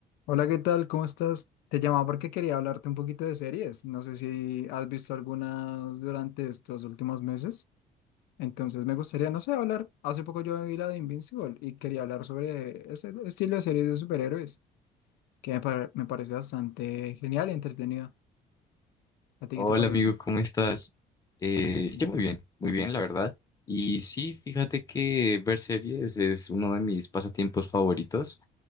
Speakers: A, on the left; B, on the left.
A: Hola, ¿qué tal? ¿Cómo estás? Te llamaba porque quería hablarte un poquito de series. No sé si has visto algunas durante estos últimos meses. Entonces me gustaría, no sé, hablar. Hace poco yo vi la de Invincible y quería hablar sobre ese estilo de series de superhéroes, que me, pare- me parece bastante genial y entretenido. ¿A ti
B: Hola
A: qué te parece?
B: amigo, ¿cómo estás? Eh, yo muy bien, muy bien, la verdad. Y sí, fíjate que ver series es uno de mis pasatiempos favoritos